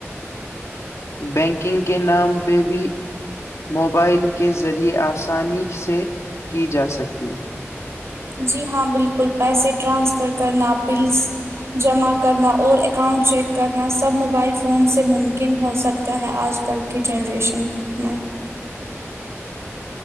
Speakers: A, on the left; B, on the right.
A: بینکنگ کے نام پہ بھی موبائل کے ذریعے آسانی سے کی جا سکتی ہے
B: جی ہاں بالکل پیسے ٹرانسفر کرنا بلز جمع کرنا اور اکاؤنٹ چیک کرنا سب موبائل فون سے ممکن ہو سکتا ہے آج کل کی جنریشن میں